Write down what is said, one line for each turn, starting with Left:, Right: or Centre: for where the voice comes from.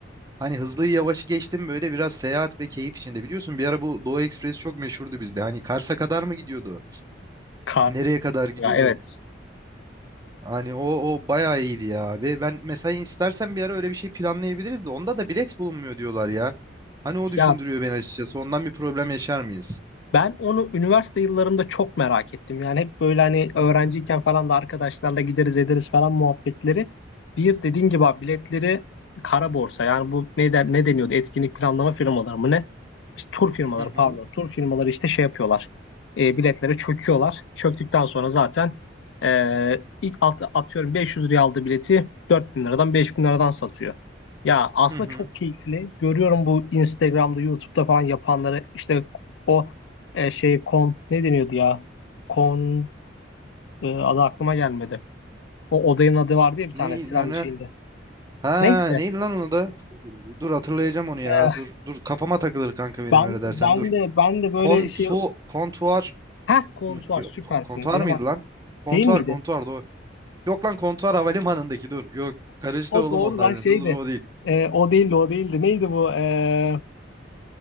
Right: Hani hızlıyı yavaşı geçtim böyle biraz seyahat ve keyif içinde. Biliyorsun bir ara bu Doğu Ekspresi çok meşhurdu bizde. Hani Kars'a kadar mı gidiyordu?
Left: Kars.
Right: Nereye kadar gidiyordu?
Left: Ya evet.
Right: Hani o o bayağı iyiydi ya abi. Ben mesela istersen bir ara öyle bir şey planlayabiliriz de onda da bilet bulunmuyor diyorlar ya. Hani o düşündürüyor
Left: Ya
Right: beni açıkçası. Ondan bir problem yaşar mıyız?
Left: Ben onu üniversite yıllarımda çok merak ettim. Yani hep böyle hani öğrenciyken
Right: Hı hı
Left: falan da arkadaşlarla gideriz ederiz falan muhabbetleri. Bir dediğin gibi abi biletleri kara borsa. Yani bu ne, der, ne deniyordu? Etkinlik planlama firmaları mı ne? İşte tur firmaları
Right: hı hı
Left: pardon. Tur firmaları işte şey yapıyorlar. E, biletlere çöküyorlar. Çöktükten sonra zaten e, ilk at, atıyorum 500 liraya aldığı bileti 4000 liradan 5000 liradan satıyor. Ya aslında
Right: hı hı.
Left: çok keyifli. Görüyorum bu Instagram'da, YouTube'da falan yapanları işte o e, şey kon ne deniyordu ya? Kon e, adı aklıma gelmedi. O odanın adı vardı ya bir
Right: Ne
Left: tane tren
Right: öne?
Left: şeyinde.
Right: Ha
Left: Neyse.
Right: neydi lan onu da? Dur hatırlayacağım onu ya.
Left: e,
Right: Dur dur kafama takılır kanka benim
Left: ben
Right: öyle dersen
Left: ben
Right: dur.
Left: de ben de böyle
Right: Kontu
Left: şey
Right: kontuar
Left: Heh kontuar
Right: mı? Yok
Left: süpersin.
Right: ko- kontuar
Left: Benim
Right: mıydı
Left: a-
Right: lan? Kontuar
Left: değil miydi?
Right: kontuar doğru. Yok lan kontuar havalimanındaki dur. Yok karıştı
Left: O
Right: oğlum
Left: doğru
Right: onlar
Left: lan
Right: birbirine.
Left: şeydi.
Right: Dur dur o değil.
Left: E, o değildi o değildi. Neydi bu? E,